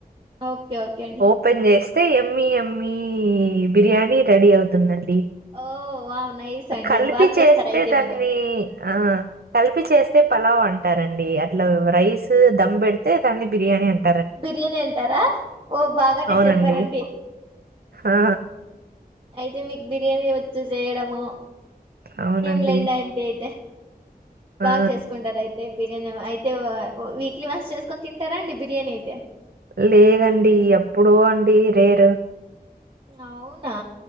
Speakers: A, on the right (about 30°); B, on the right (about 75°).
A: ఓకే ఓకే అండి
B: ఓపెన్ చేసి అయితే ఎమ్మి ఎమ్మి బిర్యానీ రెడీ అవుతుందండి
A: ఓ వావ్ నైస్ అండి
B: కలిపి
A: బాగా
B: చేస్తే
A: చేస్తారు అయితే
B: దాన్ని
A: మీరు
B: ఆ కలిపి చేస్తే పలావ అంటారండి అట్లా రైస్ దమ్ పెడితే దాన్ని బిర్యానీ అంట
A: బిర్యానీ అంటారా ఓ బాగానే
B: అవునండి
A: చెప్పారంండి
B: ఆ
A: అయితే మీకు బిర్యానీ వచ్చు చేయడము
B: అవునండి
A: ఇంకేం లేండి అంత అయితే
B: ఆ
A: బాగా చేసుకుంటారు అయితే బిర్యానీ అయితే వీక్లీ వన్స్ చేసుకొని తింటారా అండి బిర్యానీ అయితే
B: లేదండి ఎప్పుడు అండి రేరు
A: అవునా